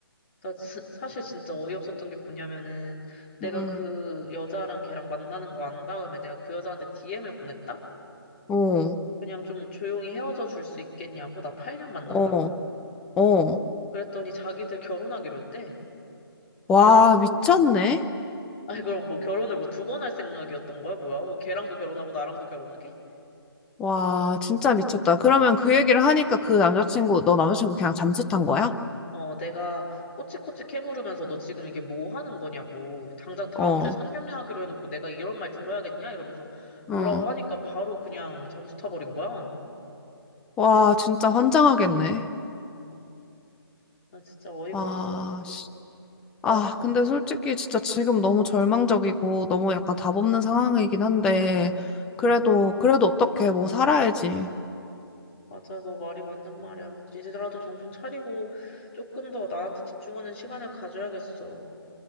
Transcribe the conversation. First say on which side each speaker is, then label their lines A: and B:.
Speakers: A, on the left (about 30°); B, in the centre.
A: 나 진- <laughs> 사실 진짜 어이없었던 게 뭐냐면은 내가
B: 음,
A: 그 여자랑 걔랑 만나는 거 안 다음에 내가 그 여자한테 DM을 보냈다?
B: 어,
A: 그냥 좀 조용히 헤어져 줄 수 있겠냐고? 나 8년 만났다고?
B: 어, 어.
A: 그랬더니 자기들 결혼하기로 했대.
B: 와, 미쳤네.
A: 아니 그럼 뭐 결혼을 뭐 두 번 할 생각이었던 거야? 뭐야? 뭐 걔랑도 결혼하고 나랑도 결혼하게?
B: 와, 진짜 미쳤다. 그러면 그 얘기를 하니까 그 남자친구, 너 남자친구 그냥 잠수 탄 거야?
A: 어 내가 꼬치꼬치 캐물으면서 너 지금 이게 뭐 하는 거냐고 당장 다음
B: 어,
A: 주에 상견례 하기로 해놓고 내가 이런 말 들어야겠냐? 이러면서 뭐라고
B: 응.
A: 하니까 바로 그냥 잠수 타버린 거야.
B: 와, 진짜 환장하겠네.
A: 난 진짜 어이가
B: 와,
A: 없어가지고.
B: 씨. 아,
A: 아,
B: 근데 솔직히 진짜 지금 너무 절망적이고 너무 약간 답 없는 상황이긴 한데, 그래도,
A: 음,
B: 그래도 어떻게 뭐 살아야지.
A: 맞아. 너 말이 맞는 말이야. 이제라도 정신 차리고 조금 더 나한테 집중하는 시간을 가져야겠어.